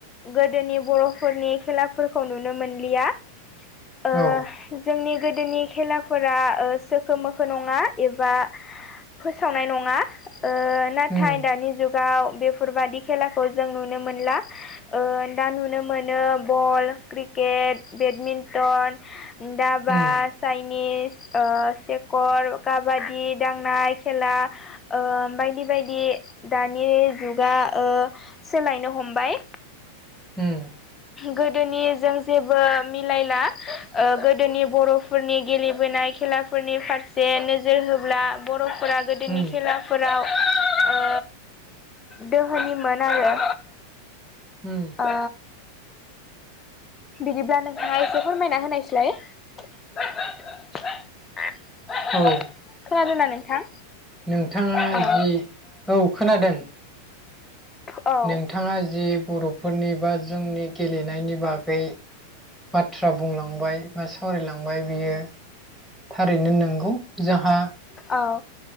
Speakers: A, on the left; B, in the centre.
A: गो दोनि बर'फोरनि खेलाफोरखौ नुनो मोनलिया ओ
B: औ
A: जोंनि गोदोनि खेलाफोरा ओ सोखो मोखो नङा एबा फोसावनाय नङा ओ नाथाय
B: उम
A: दानि जुगाव बेफोरबादि खेलाखौ जों नुनो मोनला ओ दा नुनो मोनो बल, क्रिकेट, बेडमिन्टन दाबास
B: उम
A: चाइनिस ओ सेकर काबादि दांनाय खेला ओ बायदि बायदि दानि जुगा ओ सोलायनो हमबाय
B: उम
A: गोदोनि जों जेबो मिलायला ओ गोदोनि बर' फोरनि गेलेबोनाय खेलाफोरनि फारसे नोजोर होब्ला बर'फोरा गोदोनि
B: उम औ उम
A: खेलाफोराव ओ दोहोनिमोन आरो
B: उम
A: आ बिदिब्ला नोंथाङा एसे फोरमायना होनायस्लाय। <unintelligible>
B: औ
A: खोनादोंना नोंथां?
B: नोंथाङा
A: औ
B: जि औ खोनादों
A: औ
B: नोंथाङा जे बर फोरनि बा जोंनि गेलेनायनि बागै बाथ्रा बुंलांबाय बा सावरायलांबाय बियो थारैनो नंगौ जाहा
A: औ